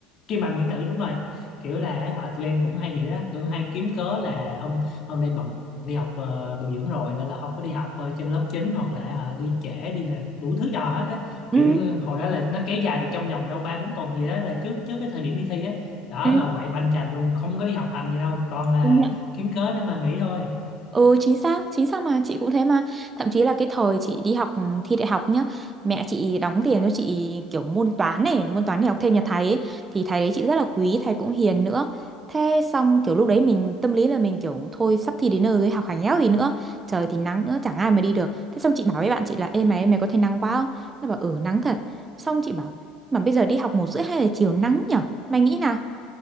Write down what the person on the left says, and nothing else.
khi mà miễn tử đúng rồi kiểu là họ tụi em cũng hay vậy đó cứ hay kiếm cớ là hôm hôm nay bận đi học ờ, bồi dưỡng rồi nên là không có đi học ờ, trên lớp chính hoặc là họ đi trễ đi làm đủ thứ trò hết á
kiểu hồi đó là nó kéo dài được trong vòng đâu ba bốn tuần gì đó là trước trước cái thời điểm đi thi á đó
là quậy banh chành luôn không có đi học hành gì đâu toàn là
kiếm cớ để mà nghỉ thôi